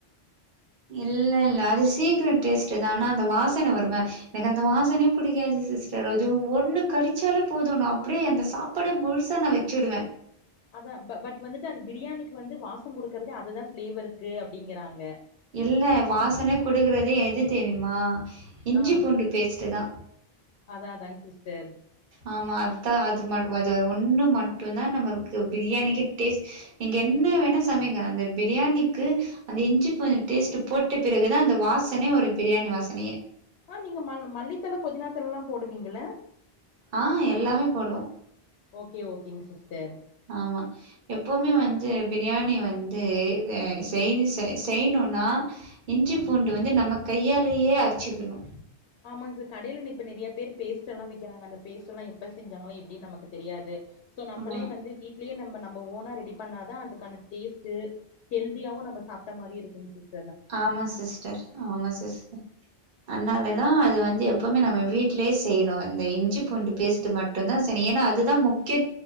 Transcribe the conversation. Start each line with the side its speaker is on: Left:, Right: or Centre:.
Right: இல்ல இல்ல அது சீக்கிரெட் டேஸ்டு தா ஆனா அந்த வாசன வரும எனக்கு அந்த வாசனையே புடிக்காது சிஸ்டர் அது ஒண்ணு கடிச்சாலே போதுன் நா அப்டியே அந்த சாப் பாடே முழுசா நா வச்சிடுவெ
Left: அதா ப பட் வந்துட்டு அது பிரியாணிக்கு வந்து வாசம் குடுக்குறதே அதுதா ஃபிளேவர் இருக்கு அப்டிங்குறாங்க
Right: இல்ல வாசன குடுக்குறதே எது தெரியுமா இஞ்சி
Left: ஆ
Right: பூண்டு பேஸ்ட்டு தா
Left: அதா அதாங் சிஸ்டர்
Right: ஆமா அதா அது மட் அது ஒன்னு மட்டுந்தா நம்ளுக்கு பிரியாணிக்கே டேஸ்ட் நீங்க என்ன வேணா சமைங்க அந்த பிரியாணிக்கு அந்த இஞ்சி பூண்டு டேஸ்ட்டு போட்ட பிறகுதா அந்த வாசமே வரு பிரியாணி வாசனையே
Left: அ நீங்க ம மல்லித்தழ புதினாத்தழல்லா போடுவீங்கள
Right: ஆ எல்லாமே போடுவோ
Left: ஓகே ஓகேங் சிஸ்டர்
Right: ஆமா எப்பவுமே வந்து பிரியாணி வந் ந்து செய்னு
Left: ஆ
Right: செய் செய்னூன்னா இஞ்சி
Left: ஆ
Right: பூண் டு வந்து நம்ம கையாலயே அரிச்சிக்குனு
Left: ஆமாங் சார் கடையில இப்ப நெறைய பேர் பேஸ்ட் எல்லா விக்கிறாங்க அந்த பேஸ்ட்டல்லா எப்ப செஞ்சாங்ளோ எப்டின்னு நமக்கு தெரியாது சோ நம்மளே
Right: ஆமா
Left: வந்து வீ வீட்லே நம்ம நம்ப ஓனா ரெடி பண்ணா தா அதுக்கான டேஸ்ட்டு ஹெல்தியாவு நம்ம சாப்ட மாரி இருக்குங் சிஸ்
Right: ஆமா சிஸ்டர் ஆமா சிஸ்டர் அன்னால தா அது வந்து எப்போவுமே நம்ம வீட்லயே செய்யணு அந்த இந்த இஞ்சி பூண்டு பேஸ்ட்டு மட் மட்டுந்தா செய்னு ஏன்னா அதுதா முக்ய